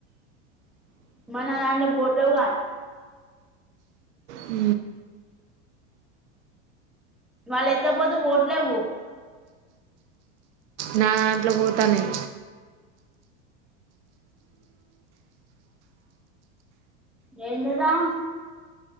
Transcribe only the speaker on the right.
అ
నా దాంట్లో పోతనాయీ